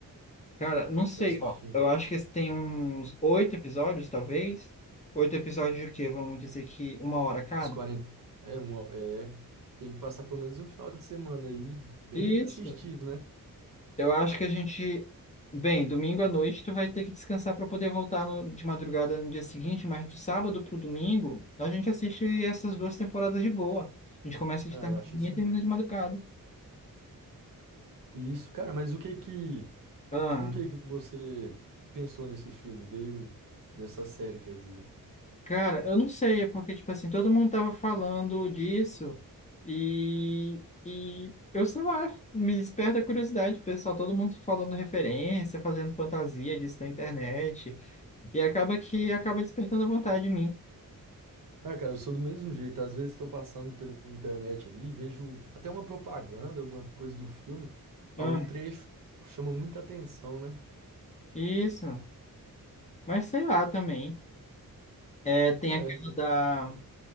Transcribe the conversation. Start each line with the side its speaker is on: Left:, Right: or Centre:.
Left: Cara, não sei,
Right: Pra assistir
Left: ó. Eu acho que esse tem uns oito episódios, talvez. Oito episódios de quê? Vamos dizer que uma hora cada?
Right: os 40. É, uma, é. Tem que passar pelo menos um final de semana aí bem
Left: Isso.
Right: assistido, né?
Left: Eu acho que a gente. Bem, domingo à noite tu vai ter que descansar para poder voltar no- de madrugada no dia seguinte, mas do sábado pro domingo a gente assiste essas duas temporadas de boa. A gente começa de
Right: Ah,
Left: tardezinha
Right: eu achei sim.
Left: e termina de madrugada.
Right: Isso, cara, mas o que que.
Left: Ah.
Right: Por que que você pensou nesse filme? Veio nessa série, quer dizer?
Left: Cara, eu não sei, é porque, tipo assim, todo mundo tava falando disso e, e eu sei lá, me desperta a curiosidade, pessoal, todo mundo falando referência, fazendo fantasia disso na internet e acaba que acaba despertando a vontade em mim.
Right: Ah, cara, eu sou do mesmo jeito. Às vezes estou passando pela internet ali, e vejo até uma propaganda, alguma coisa do filme, algum
Left: Ah,
Right: trecho chama muita atenção, né?
Left: isso. Mas sei lá também. É, tem
Right: É,
Left: aquela da,
Right: da